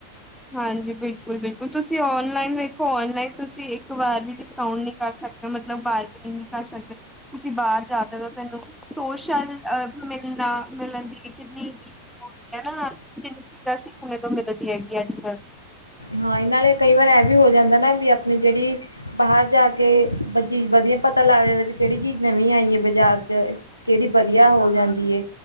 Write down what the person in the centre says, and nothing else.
ਹਾਂਜੀ, ਬਿਲਕੁਲ- ਬਿਲਕੁਲ ਤੁਸੀਂ ਔਨਲਾਈਨ ਵੇਖੋ ਔਨਲਾਈਨ, ਤੁਸੀਂ ਇੱਕ ਵਾਰ ਵੀ ਡਿਸਕਾਊਂਟ ਨਹੀਂ ਕਰ ਸਕਦੇ, ਮਤਲਬ ਬਾਰਗਨਿੰਗ ਨਹੀਂ ਕਰ ਸਕਦੇ। ਤੁਸੀਂ ਬਾਰ ਜਾ ਜਗੈ ਤੇ ਐਨੂੰ ਸੋਸ਼ਲ ਆ ਮਿਲ ਨਾ ਮਿਲਣ ਦੀ ਕਿੰਨੀ ਵੀ ਉਹ ਹੋਂਦੀ ਹੈ, ਜਿੰਨੀ ਚੀਜ਼ਾਂ ਸਿੱਖਣ ਤੋਂ ਮਿਲਦੀ ਹੈਗੀਆਂ। ਹਾਂ।